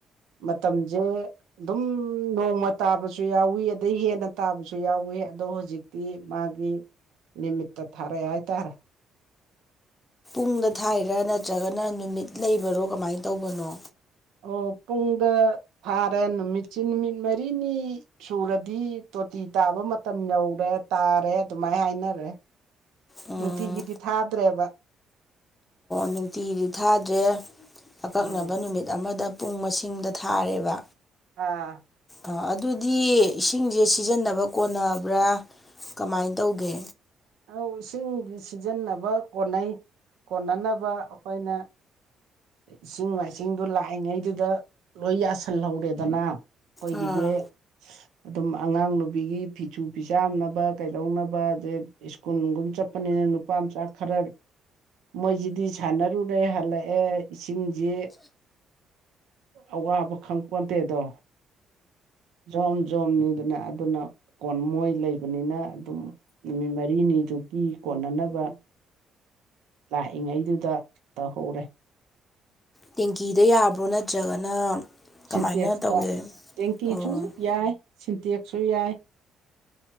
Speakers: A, on the right; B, on the left.
A: ꯃꯇꯝꯁꯦ ꯑꯗꯨꯝ ꯅꯣꯡꯃ ꯇꯥꯕꯗ ꯌꯥꯎꯋꯤ ꯑꯗꯩ ꯍꯦꯟꯅ ꯇꯥꯕꯁꯨ ꯌꯥꯎꯋꯤ ꯑꯗꯣ ꯍꯧꯖꯤꯛꯇꯤ ꯃꯥꯒꯤ ꯅꯤꯡꯃꯤꯠꯇ ꯊꯥꯔ ꯍꯥꯏꯥꯏ ꯇꯔ
B: ꯇꯨꯡꯗ ꯊꯥꯏꯔ ꯅꯠꯇ꯭ꯔꯒꯅ ꯅꯨꯃꯤꯠ ꯂꯩꯕꯔꯣ ꯀꯃꯥꯏꯅ ꯇꯧꯕꯅꯣ
A: ꯑꯣ ꯄꯨꯡꯗ ꯐꯥꯔꯦ ꯅꯨꯃꯤꯠꯁꯤ ꯅꯨꯃꯤꯠ ꯃꯔꯤꯅꯤ ꯁꯨꯔꯗꯤ ꯇꯤ ꯇꯥꯕ ꯃꯇꯝ ꯌꯧꯔꯦ ꯇꯥꯔꯦ ꯑꯗꯨꯃꯥꯏꯅ ꯍꯥꯏꯅꯔꯦ
B: ꯎꯝ,
A: ꯅꯨꯡꯇꯤꯒꯤꯗꯤ ꯊꯥꯗ꯭ꯔꯦꯕ
B: ꯅꯨꯡꯇꯤꯗꯤ ꯊꯥꯗ꯭ꯔꯦ ꯑꯀꯛꯅꯕ
A: ꯎꯝ
B: ꯅꯨꯃꯤꯠ ꯑꯃꯗ ꯄꯨꯡ ꯃꯁꯤꯡꯗ ꯊꯥꯔꯦꯕ
A: ꯑꯥ
B: ꯑꯥ ꯑꯗꯨꯗꯤ ꯏꯁꯤꯡꯁꯦ ꯁꯤꯖꯤꯟꯅꯕ ꯀꯣꯟꯅꯕ꯭ꯔꯥ ꯀꯃꯥꯏꯅ ꯇꯧꯒꯦ
A: ꯂꯧꯧ ꯏꯁꯤꯡ ꯁꯤꯖꯤꯟꯅꯕ ꯀꯣꯟꯅꯩ ꯀꯣꯟꯅꯅꯕ ꯑꯩꯈꯣꯏꯅ ꯏꯁꯤꯡ ꯃꯥꯏꯁꯤꯡꯗꯨ ꯂꯥꯛꯏꯉꯩꯗꯨꯗ ꯂꯣꯏ ꯌꯥꯁꯜꯍꯧꯔꯦꯗꯅ ꯑꯣꯏꯣꯏꯒꯤꯗꯤꯦ
B: ꯑꯥ
A: ꯑꯗꯨꯝ ꯑꯉꯥꯡ ꯅꯨꯕꯤꯒꯤ ꯐꯤꯁꯨ ꯐꯤꯆꯥꯥꯝꯅꯕ ꯀꯩꯗꯧꯅꯕ ꯑꯦ ꯁ꯭ꯀꯨꯜꯒꯨꯝ ꯆꯠꯄꯅꯤꯅ ꯅꯨꯄꯥ ꯃꯆꯥ ꯈꯔ ꯃꯣꯏꯁꯤꯗꯤ ꯁꯥꯟꯅꯔꯨꯔꯦ ꯍꯜꯂꯛꯑꯦ ꯏꯁꯤꯡꯁꯤ ꯑꯋꯥꯕ ꯈꯪꯄꯣꯟꯗꯦꯗꯣ ꯖꯣꯝ ꯖꯣꯝꯅꯤꯗꯅ ꯑꯗꯨꯅ ꯀꯣꯟ ꯃꯣꯏ ꯂꯩꯕꯅꯤꯅ ꯑꯗꯨꯝ ꯅꯨꯃꯤꯠ ꯃꯔꯤꯅꯤ ꯃꯤꯗꯨꯒꯤ ꯀꯣꯟꯅꯅꯕ ꯂꯥꯛꯏꯉꯩꯗꯨꯗ ꯇꯧꯍꯧꯔꯦ
B: ꯇꯦꯡꯀꯤꯗ ꯌꯥꯕ꯭ꯔꯣ ꯅꯠꯇ꯭ꯔꯒꯅ ꯀꯃꯥꯏꯅ
A: ꯁꯤꯟꯇꯦꯛꯁꯇ
B: ꯇꯧꯒꯦ
A: ꯇꯦꯡꯀꯤꯁꯨ
B: ꯑꯣ
A: ꯌꯥꯏ ꯁꯤꯟꯇꯦꯛꯁꯨ ꯌꯥꯏ